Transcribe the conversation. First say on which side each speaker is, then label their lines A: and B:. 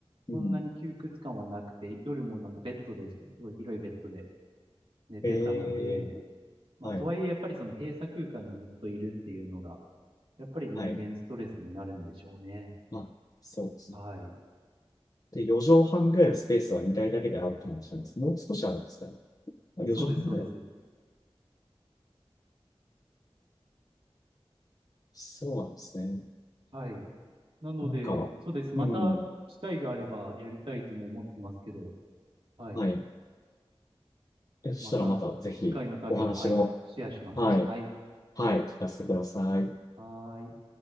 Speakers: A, on the left; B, on the right.
A: うん。
B: そんなに窮屈感はなくて、夜もなんかベッドです。すごい広いベッドで寝てたので、
A: ええ
B: まあ、
A: はい、
B: とはいえやっぱりその閉鎖空間にずっといるっていうのが、やっぱり人間ストレスになるんでしょうね。
A: はい。まあ、そうですね。
B: はい。
A: で、4畳半ぐらいのスペースは2台だけであるって話なんです。もう少しあるんですかね。あ4畳半ぐらい。
B: そうです、そうです。
A: そうなんですね。
B: はい。なので、
A: なんか、
B: そうです。また機会があればやりたいとも思ってますけど、
A: うん。
B: はい。
A: はい。えそしたらまたぜひお話を、
B: また次回の旅は、はい、シェアします。
A: はい。
B: はい。
A: はい。聞かせてください。
B: はーい。